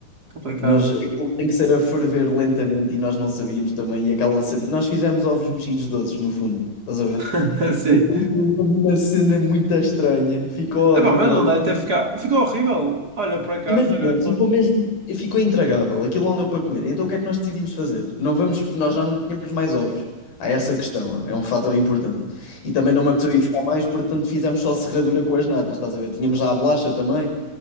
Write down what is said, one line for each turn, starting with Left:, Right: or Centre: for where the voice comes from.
Right: complicado.
Left: Nós, aquilo tem que ser a ferver lentamente e nós não sabíamos também. E aquela cena, nós fizemos ovos mexidos doces, no fundo, estás a ver?
Right: <laughs> Sim.
Left: foi Uma cena muito estranha, ficou
Right: É
Left: horrível.
Right: bom, mas não deve ter ficado. Ficou horrível. Olha, por acaso,
Left: Imagina,
Right: agora que falo.
Left: ficou mesmo, ficou intragável. Aquilo não deu para comer. Então o que é que nós decidimos fazer? Não vamos, nós já não tínhamos mais ovos. Há essa questão, é um fator importante. E também
Right: Hum,
Left: não me apeteceu ir buscar mais, portanto fizemos só serradura com as natas, estás a ver? Tínhamos já a bolacha também.